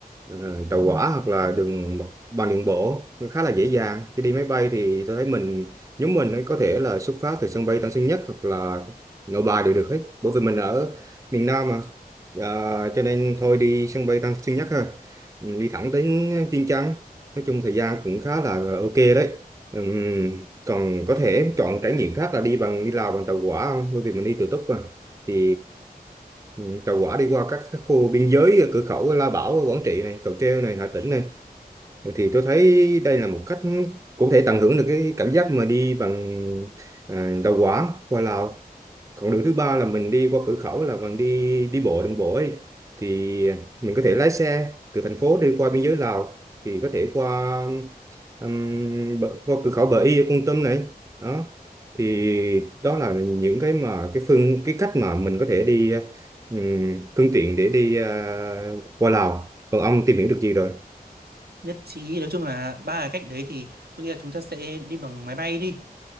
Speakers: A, on the right (about 20°); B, on the right (about 85°).
A: ờ, tàu hỏa hoặc là đường bằng đường bộ nó khá là dễ dàng khi đi máy bay thì tôi thấy mình nhóm mình ấy có thể là xuất phát từ sân bay Tân Sơn Nhất hoặc là Nội Bài đều được hết bởi vì mình ở miền Nam mà Ờ, cho nên thôi đi sân bay Tân Sơn Nhất ha Ừ, đi thẳng đến Vientiane nói chung thời gian cũng khá là ok đấy Ừm, còn có thể em chọn trải nghiệm khác là đi bằng đi Lào bằng tàu hỏa không bởi vì mình đi tự túc mà thì ừm, tàu hỏa đi qua các cái khu biên giới ở cửa khẩu Lao Bảo Quảng Trị này Cầu Treo này Hà Tĩnh này thì tôi thấy đây là một cách cũng thể tận hưởng được cái cảm giác mà đi bằng à, tàu hỏa qua Lào còn đường thứ ba là mình đi qua cửa khẩu là bằng đi đi bộ đường bộ ấy thì mình có thể lái xe từ thành phố đi qua biên giới Lào thì có thể qua ừm, bờ- qua cửa khẩu Bờ Y ở Kon Tum này đó thì đó là những cái mà cái phương cái cách mà mình có thể đi ừm, phương tiện để đi ờ, qua Lào còn ông tìm hiểu được gì rồi
B: nhất trí nói chung là ba cái cách đấy thì tôi nghĩ là chúng ta sẽ đi bằng máy bay đi